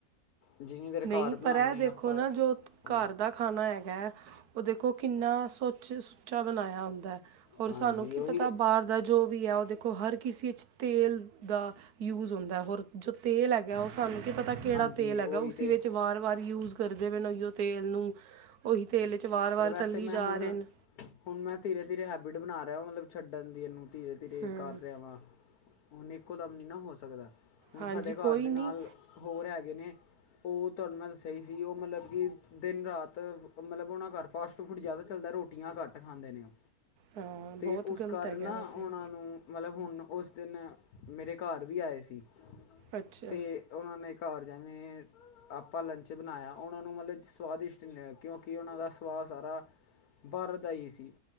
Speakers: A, on the left; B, on the right.
A: ਜਿੰਨੀ ਦੇਰ
B: ਨਈ
A: ਘਰ ਬਣਾਉਂਦੇ
B: ਪਰ ਐ ਦੇਖੋ
A: ਹਾਂ ਆਪਾਂ
B: ਨਾ, ਜੋ ਘਰ
A: ਹਾਂ-
B: ਦਾ ਖਾਣਾ ਹੈਗਾ ਹੈ, ਓ ਦੇਖੋ ਕਿੰਨਾ ਸੁਚ-ਸੁੱਚਾ ਬਣਾਇਐ ਹੁੰਦਾ। ਔਰ
A: ਹਾਂਜੀ
B: ਸਾਨੂੰ ਕੀ
A: ਉਹੀ
B: ਪਤਾ,
A: ਤੇ
B: ਬਾਰ ਦਾ ਜੋ ਵੀ ਹੈ ਓ ਦੇਖੋ, ਹਰ ਕਿਸੇ 'ਚ ਤੇਲ ਦਾ ਯੂਜ ਹੁੰਦਾ, ਹੋਰ ਜੋ ਤੇਲ ਹੈਗਾ, ਓ ਸਾਨੂੰ ਕੀ ਪਤਾ ਕੇੜਾ
A: ਹਾਂਜੀ
B: ਤੇਲ
A: ਉਹੀ
B: ਹੈਗਾ ਓ
A: ਤੇ
B: ਵਾਰ-ਵਾਰ ਯੂਜ ਕਰਦੇ ਪਏ ਨੇ ਓਈਓ ਤੇਲ ਨੂੰ ਓਹੀ ਤੇਲ ਵਿੱਚ ਵਾਰ-ਵਾਰ
A: ਪਰ ਵੈਸੇ
B: ਤਲੀ
A: ਮੈਂ
B: ਜਾ
A: ਹੁਣ
B: ਰਹੇ ਨੇ।
A: ਹੁਣ ਮੈਂ ਧੀਰੇ-ਧੀਰੇ ਹੈਬਿਟ ਬਣਾ ਰਿਹਾ ਮਤਲਬ ਛੱਡਣ ਦੀ ਏਨੂੰ, ਧੀਰੇ-ਧੀਰੇ
B: ਹੂੰ
A: ਕਰ ਰਿਹਾ ਵਾਂ। ਹੁਣ ਇੱਕੋ ਦਮ ਨੀ ਨਾ ਹੋ ਸਕਦਾ, ਹੁਣ
B: ਹਾਂਜੀ
A: ਸਾਡੇ ਘਰ
B: ਕੋਈ
A: ਦੇ
B: ਨਹੀਂ
A: ਨਾਲ ਹੋਰ ਹੈਗੇ ਨੇ, ਓ ਤੁਹਾਨੂੰ ਮੈਂ ਦੱਸਿਆ ਹੀ ਸੀ, ਓ ਮਤਲਬ ਕਿ ਦਿਨ-ਰਾਤ ਮਤਲਬ ਉਨ੍ਹਾ ਘਰ ਫਾਸਟ-ਫੂਡ ਜ਼ਿਆਦਾ ਚੱਲਦਾ, ਰੋਟੀਆਂ ਘੱਟ ਖਾਂਦੇ ਨੇ ਓ।
B: ਹਾਂ ਬਹੁਤ
A: ਤੇ ਓਸ
B: ਗਲਤ
A: ਕਾਰਨ
B: ਹੈਗਾ
A: ਨਾ,
B: ਵੈਸੇ
A: ਉਨ੍ਹਾ ਨੂੰ ਮਤਲਬ ਹੁਣ ਓਸ ਦਿਨ ਮੇਰੇ ਘਰ ਵੀ ਆਏ ਸੀ
B: ਅੱਛਾ
A: ਤੇ ਓਨਾਂ ਨੇ ਘਰ ਜਾਣੇ ਜਿਵੇਂ ਆਪਾਂ ਲੰਚ ਬਣਾਇਆ, ਓਨਾਂ ਨੂੰ ਮਤਲਬ ਸਵਾਦਿਸ਼ਟ ਨੀ <inaudible> ਕਿਉਂਕਿ ਉਨ੍ਹਾ ਸਵਾਦ ਸਾਰਾ ਬਾਰ ਦਾ ਈ ਸੀ।